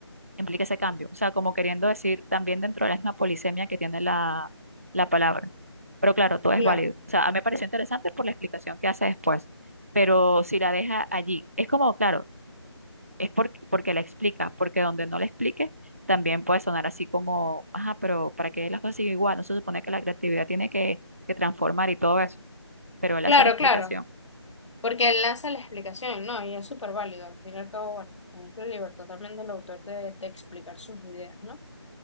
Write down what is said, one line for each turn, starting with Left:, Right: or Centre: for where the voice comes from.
Right: implica ese cambio. O sea, como queriendo decir también dentro de la misma polisemia que tiene la, la palabra. Pero claro, todo es
Left: Claro,
Right: válido. O sea, a mí me pareció interesante por la explicación que hace después. Pero si la deja allí, es como, claro, es porque, porque la explica, porque donde no la explique, también puede sonar así como, ajá, pero ¿para qué las cosas siguen igual? No se supone que la creatividad tiene que, que transformar y todo eso, pero él
Left: claro,
Right: hace la explicación.
Left: claro. Porque él lanza la explicación, ¿no? Y es súper válido. Al fin y al cabo, bueno, es la libertad también del autor de, de explicar sus ideas, ¿no?